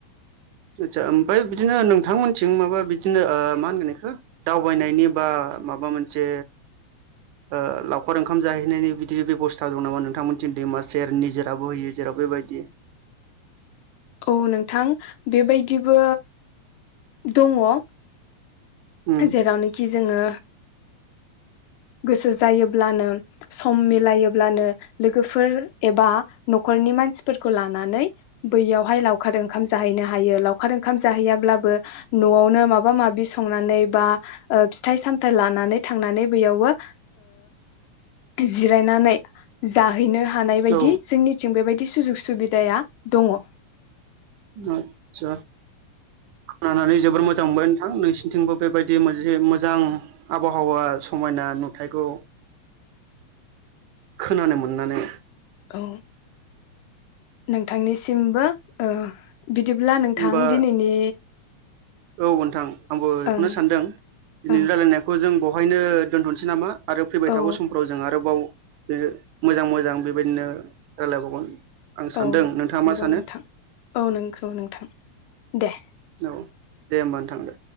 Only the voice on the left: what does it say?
औ नोंथां बेबायदिबो दङ ।
जेरावनिखि जोङो गोसो जायोब्लानो सम मिलायोब्लानो लोगोफोर एबा न'खरनि मानसिफोरखौ लानानै बैयावहाय लावखार ओंखाम जाहैनो हायो लावखार ओंखाम जाहैयाब्लाबो नवावनो माबा माबि संनानै बा ओ फिथाय सामथाय लांनानै थांनानै बैयावबो ओ जिरायनानै जाहैनो हानाय बायदि
जोंनिथिं बेबायदि बि सुजुग सुबिदाया दङ
औ नोंथांनिसिमबो ओ बिदिब्ला नोंथां
दिनैनि
ओं
ओं
औ
औ
नंगौ
नोंथां औ नंगौ नोंथां दे